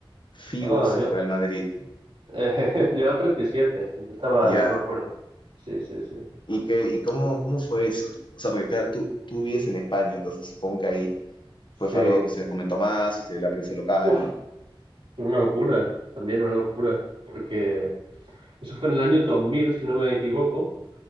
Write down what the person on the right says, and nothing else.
Ah,
yo,
<laughs> eh, yo era siete yo estaba,
yo me acuerdo. Sí, sí, sí.
Sí.
Uf,
una locura, también una locura, porque eso fue en el año dos mil si no me equivoco.